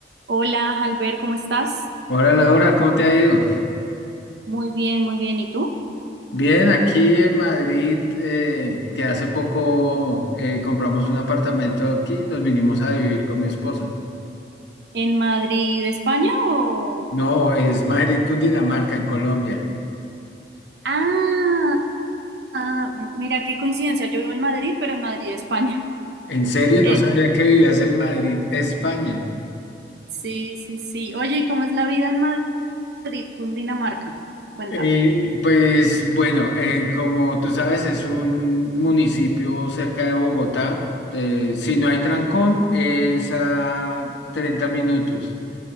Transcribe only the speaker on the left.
Hola Laura, ¿cómo te ha ido?
Bien, aquí en Madrid, eh, que hace poco eh, compramos un apartamento aquí, nos vinimos a vivir con mi esposa.
No, es Madrid, Cundinamarca, en Colombia.
En serio, no
sabía que vivías en Madrid, España.
Eh, pues bueno, eh, como tú sabes, es un municipio cerca de Bogotá. Eh, si no hay trancón, es a treinta minutos.